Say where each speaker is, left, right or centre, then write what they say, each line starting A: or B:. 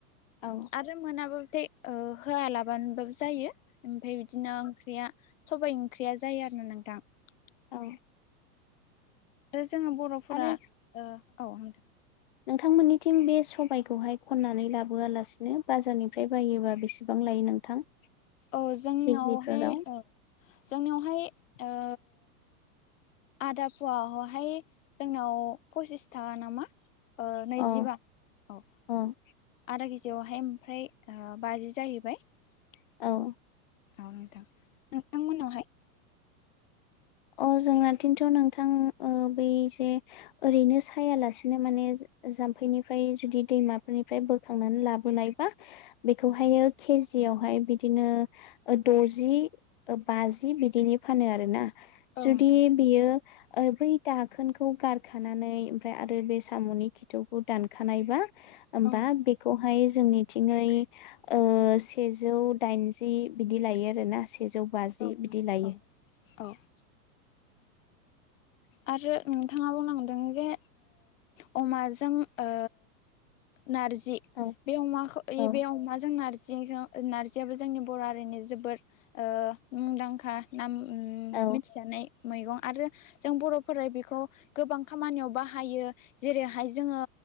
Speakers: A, on the left (about 35°); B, on the left (about 55°).
A: औ
B: आरो मोनाब्लाथाय होआलाबानोबाबो जायो । ओमफ्राय बिदिनो ओंख्रिया सबाइ ओंख्रिया जायो आरो ना नोंथां ।
A: औ
B: आरो जोङो बर'फोरा
A: आरो
B: ओ औ
A: नोंथांमोननिथिं बे सबबायखौहाय खननानै लाबोआलासिनो बाजारनिफ्राय बायोबा बेसेबां लायो नोंथां?
B: औ जोंनियावहाय
A: केजिफोराव
B: ओ जोंनियावहाय ओ आदा फवाखौहाय जोंनाव फसिस थाखा नामा? ओ नैजिबा
A: अ
B: औ
A: अ
B: आदा केजि जौआवहाय ओमफ्राय ओ बाजि जाहैबाय ।
A: औ
B: औ नोंथां नोंथांमोननावहाय?
A: अ जोंनाथिंथ' नोंथां ओ बै जे ओरैनो सायालासिनो माने जाम्फैनिफ्राय जुदि दैमाफोरनिफ्राय बोखांनानै लाबोनायबा बेखौहायो के जियावहाय बिदिनो द'जि बाजि बिदिनि फानो आरो ना?
B: औ
A: जुदि
B: नोंथां
A: बियो ओ बै दाखोनखौ गारखानानै ओमफ्राय आरो बे साम'नि खिथौखौ दानखानायबा होमबा
B: औ
A: बेखौहाय जोंनिथिंयै ओ सेजौ दाइनजि बिदि लायो आरोना सेजौ बाजि
B: औ नोंथां
A: बिदि लायो ।
B: औ औ
A: <inaudible>
B: आरो नोंथाङा बुंलांदों जे ओ अमाजों ओ नार्जि
A: औ
B: बे अमाखौ
A: औ
B: बे अमाजों नारजि जि नारजियाबो जोंनि बर' हारिनि जोबोद ओ मुंदांखा नाम ओ
A: औ
B: मिथि जानाय मैगं आरो जों बर'फोरा बेखौ गोबां खामानियाव बाहायो जेरैहाय जोङो